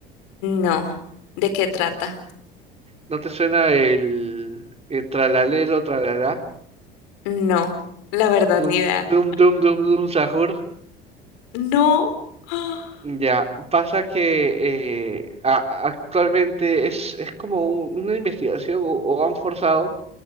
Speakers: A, on the left; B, on the right.
A: No. ¿De qué trata?
B: ¿No te suena el, el tralalero, tralalá?
A: No. La verdad,
B: Dum,
A: ni idea.
B: dum, dum, dum, dum, sahur.
A: No. <gasps> Ah.
B: Ya, pasa que eh, a- actualmente es, es como un- una investigación o, o han forzado